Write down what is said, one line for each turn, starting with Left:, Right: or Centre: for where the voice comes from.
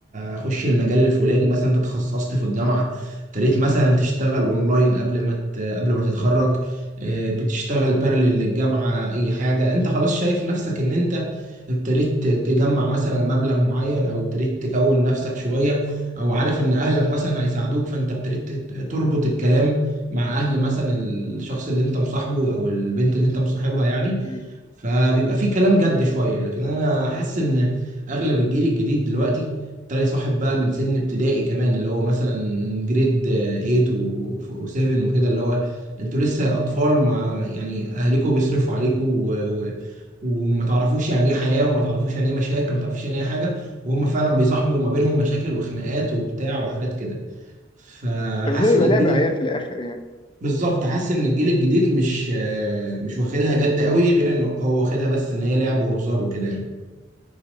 Right: هخش المجال الفلاني مثلا انت تخصصت في الجامعه ابتديت مثلا تشتغل اونلاين قبل ما ت- قبل ما تتخرج آه، بتشتغل بارلل للجامعه اي حاجه انت خلاص شايف نفسك ان انت ابتديت تجمع مثلا مبلغ معين او ابتديت تكون نفسك شويه او عارف ان اهلك مثلا هيساعدوك فانت ابتديت تربط الكلام مع اهل مثلا الشخص اللي انت مصاحبه او البنت اللي انت مصاحبها يعني
Left: مم.
Right: فبيبقى في كلام جد شويه لكن انا حاسس ان اغلب الجيل الجديد دلوقتي ابتدى يصاحب بقى من سن ابتدائي كمان اللي هو مثلا جريد 8 و7 وكده اللي هو انتوا لسه اطفال مع يعني اهاليكم بيصرفوا عليكم و... و... وما تعرفوش يعني ايه حياه وما تعرفوش يعني ايه مشاكل وما تعرفوش يعني ايه حاجه وهم فعلا بيصاحبوا ما بينهم مشاكل وخناقات وبتاع وحاجات كده فحاسس
Left: بس ده بيبقى
Right: ان الجيل
Left: لعب عيال في الاخر يعني
Right: بالظبط حاسس ان الجيل الجديد مش آه، مش واخدها جد قوي غير انه هو واخدها بس ان هي لعب وهزار وكده يعني